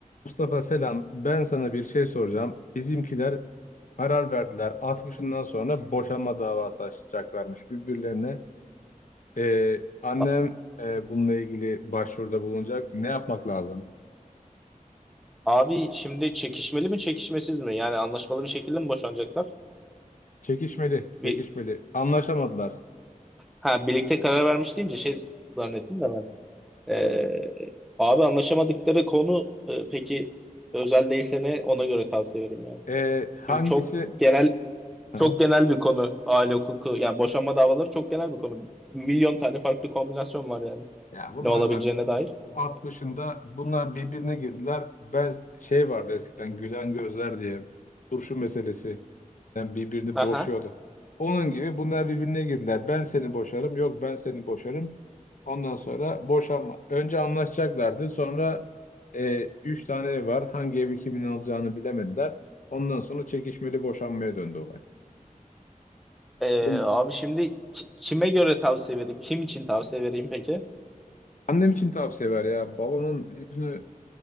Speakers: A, on the left; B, in the centre.
A: Mustafa selam. Ben sana bir şey soracağım. Bizimkiler karar verdiler. 60'ından sonra boşanma davası açacaklarmış birbirlerine. Ee, annem
B: A-
A: e, bununla ilgili başvuruda bulunacak. Ne yapmak lazım?
B: Abi şimdi çekişmeli mi çekişmesiz mi? Yani anlaşmalı bir şekilde mi boşanacaklar?
A: Çekişmeli,
B: Bir,
A: çekişmeli. Anlaşamadılar.
B: ha birlikte karar vermiş deyince şey zannettim de ben. Ee, abi anlaşamadıkları konu e, peki özel değilse ne ona göre tavsiye veririm yani.
A: Ee, hangisi?
B: Çünkü çok genel
A: Aha.
B: çok genel bir konu aile hukuku yani boşanma davaları çok genel bir konu. Milyon tane farklı kombinasyon var yani
A: Ya bunlar
B: ne olabileceğine
A: zaten
B: dair.
A: 60'ında bunlar birbirine girdiler. Ben şey vardı eskiden gülen gözler diye turşu meselesi. Yani birbirini
B: Aha.
A: boşuyordu. Onun gibi bunlar birbirine girdiler. Ben seni boşarım. Yok ben seni boşarım. Ondan sonra boşanma. Önce anlaşacaklardı. Sonra e, üç tane ev var. Hangi evi kimin alacağını bilemediler. Ondan sonra çekişmeli boşanmaya döndü olay.
B: Ee,
A: Bunu
B: abi şimdi ki- kime göre tavsiye vereyim? Kim için tavsiye vereyim peki?
A: annem için tavsiye ver ya. Balonun yüzünü